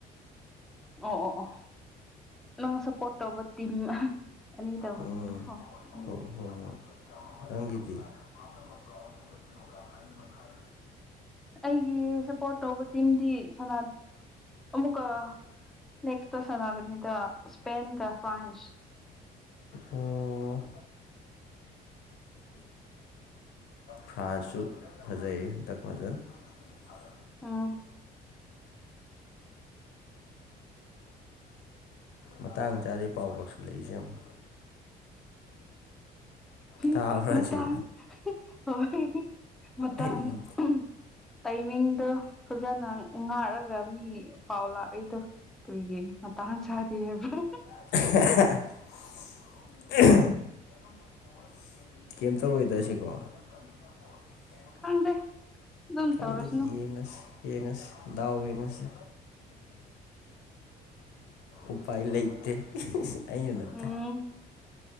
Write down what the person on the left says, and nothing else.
ꯎꯝ
ꯍꯣꯏ
ꯍꯣꯏ ꯍꯣꯏ ꯅꯪꯒꯤꯗꯤ ꯍꯥꯞꯂꯝꯕ ꯕ꯭ꯔꯥꯎꯟ ꯁꯨꯒ꯭ꯔ ꯀꯤꯂꯣ ꯒ꯭ꯔꯥꯝ ꯑꯅꯤ ꯃꯈꯥꯏ
ꯑꯣ ꯐ꯭ꯔꯥꯟꯁꯁꯨ ꯐꯖꯩꯍꯦ ꯍꯟꯇꯛ ꯐꯖꯅ ꯁꯤꯀꯤꯅꯤ ꯐꯥꯗꯛꯀꯤ
ꯃꯇꯥꯡ ꯆꯥꯗꯦ ꯄꯥꯎ ꯂꯧꯎꯁꯤꯜꯂꯛꯏꯖꯦ ꯑꯃꯨꯛ
ꯇꯥꯕ꯭ꯔꯥ
ꯁꯤ
ꯑꯩꯗꯤ
<unintelligible> ꯍꯦꯔꯣꯝꯅꯤ ꯐꯣ ꯑꯁꯤꯒꯤ ꯀꯩꯝ ꯇꯧꯔꯣꯏꯗ ꯑꯁꯤꯀꯣ <unintelligible>
ꯈꯪꯗꯦ
ꯌꯦꯡꯉꯁꯤ ꯌꯦꯡꯉꯁꯤ ꯗꯥꯎ ꯌꯦꯡꯉꯁꯤ ꯎꯄꯥꯏ ꯂꯩꯇꯦ ꯑꯩꯅ ꯅꯠꯇꯦ ꯑꯟꯇ꯭ꯔ ꯖꯥꯇꯤꯒꯤ ꯃꯤꯐꯝ ꯉꯁꯤ ꯃꯤꯍꯨꯠꯀꯤ